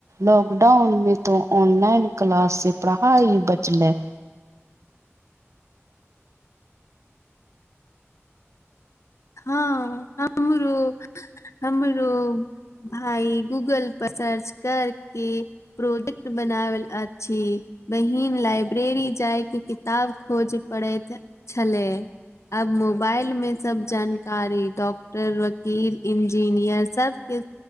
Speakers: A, on the right (about 80°); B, on the left (about 75°).
A: लॉकडाउन में तो ऑनलाइन क्लास से पढ़ाई बचलै।
B: हँ हमरो हमरो। भइ गूगल पर सर्च करके प्रोजेक्ट बनावल अछी। बहिन लाइब्रेरी जायके किताब खोज पड़ैत छलै। अब मोबाइल मे सब जानकारी डॉक्टर वकील इंजीनियर सबके